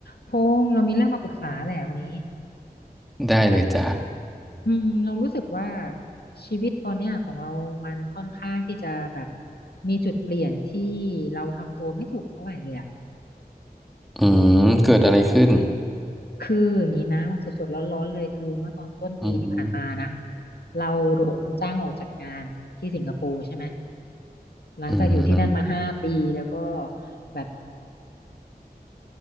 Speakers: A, on the left; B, in the centre.
A: พงษ์เรามีเรื่องมาปรึกษาแหละวันนี้
B: ได้เลยจ้ะ
A: อืมเรารู้สึกว่าชีวิตตอนเนี้ยของเรามันค่อนข้างที่จะแบบมีจุดเปลี่ยนที่เราทำตัวไม่ถูกเท่าไหร่เลยอ่ะ
B: อืมเกิดอะไรขึ้น
A: คืออย่างนี้นะสดๆร้อนๆเลยคือเมื่อตอนต้นปีที่ผ่านมานะ
B: อืมอหืม
A: เราโดนจ้างออกจากงานที่สิงคโปร์ใช่ไหมหลังจากอยู่ที่นั่นมาห้าปีแล้วก็
B: ออืม
A: แบบ